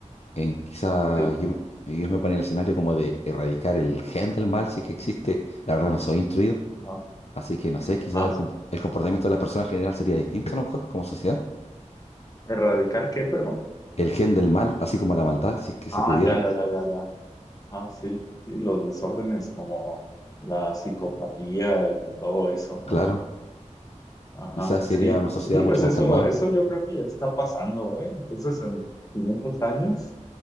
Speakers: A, on the left; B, on the left.
A: en quizá
B: sí,
A: yo, yo me ponía en el escenario como de erradicar el gen del mal si es que existe, la verdad no soy instruido
B: ajá,
A: Así que no sé, quizás
B: ajá.
A: el, comp- el comportamiento de las personas en general sería distinto a lo mejor como sociedad.
B: ¿Erradicar qué, perdón?
A: El gen del mal, así como la maldad, si es que se
B: Ah,
A: pudiera,
B: ya, ya, ya, ya, ya. Ah, sí, y los desórdenes como la psicopatía y todo eso,
A: claro.
B: ¿no? Ajá,
A: Quizás
B: sí,
A: sería una sociedad
B: sí, pues
A: mucho más
B: eso,
A: calmada.
B: eso yo creo que ya está pasando, ¿eh? Entonces, en 500 años,